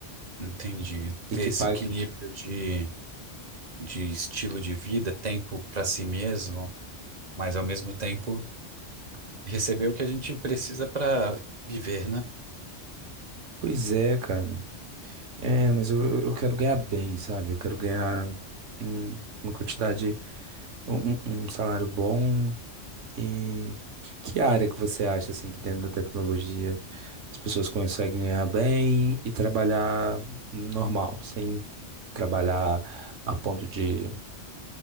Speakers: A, on the right; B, on the right.
A: Entendi.
B: E
A: Ter
B: que
A: esse
B: pague.
A: equilíbrio de, de estilo de vida, tempo para si mesmo, mas ao mesmo tempo. Receber o que a gente precisa para viver, né?
B: Pois é, cara. É, mas eu, eu eu quero ganhar bem, sabe? Eu quero ganhar hum, uma quantidade, um, um- um salário bom. E que área que você acha, assim, que dentro da tecnologia as pessoas conseguem ganhar bem e trabalhar normal, sem trabalhar a ponto de